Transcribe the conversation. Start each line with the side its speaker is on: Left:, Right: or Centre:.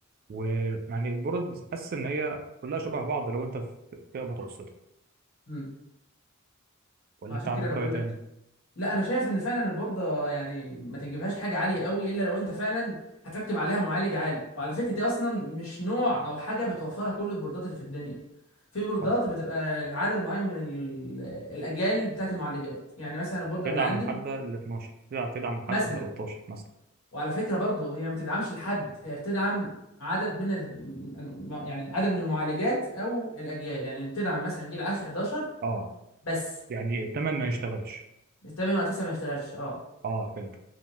Right: ويعني البرد حاسس ان هي كلها شبه بعض لو انت في فئه متوسطه
Left: امم
Right: ولا
Left: عشان
Right: انت عندك
Left: كده انا
Right: راي
Left: بقول
Right: تاني
Left: لك لا انا شايف ان فعلا البورده يعني ما تجيبهاش حاجه عاليه قوي الا لو انت فعلا هتركب عليها معالج عالي وعلى فكره دي اصلا مش نوع او حاجه بتوفرها كل البوردات اللي في الدنيا في بوردات
Right: صح
Left: بتبقى لعدد معين من ال- الاجيال بتاعت المعالجات يعني مثلا البورده
Right: تدعم
Left: اللي عندي
Right: لحد ال 12 تدعم تدعم لحد
Left: مثلا
Right: ال 13 مثلا
Left: وعلى فكره برضو هي ما تدعمش لحد هي بتدعم عدد من ال... يعني عدد من المعالجات او الاجيال يعني بتدعم مثلا جيل 10 11
Right: اه
Left: بس
Right: يعني الثمن ما يشتغلش
Left: الثامن وتسعة ما يشتغلش اه
Right: اه فهمت